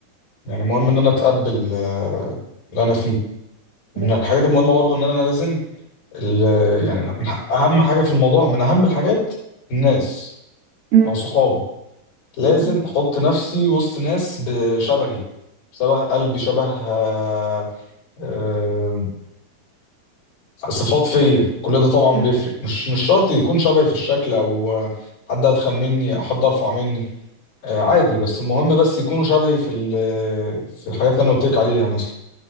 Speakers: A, on the left (about 85°); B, on the right (about 80°).
A: يعني المهم ان انا اتقبل آه، اللي انا فيه من
B: بالظبط
A: الحاجات المهمة برضو ان انا لازم ال- يعني من ح- اهم حاجة في الموضوع من اهم الحاجات الناس
B: مم.
A: او صحابي لازم
B: مم.
A: احط نفسي وسط ناس بشبهي شبه قلبي شبه آه، آه، صفات فيا كل ده طبعا
B: مم.
A: بيفرق مش مش شرط يكون شبهي في الشكل او آه، حد اتخن مني او حد ارفع مني آه، عادي بس المهم بس يكونوا شبهي في ال- في الحاجات اللي انا قلت لك عليها مثلا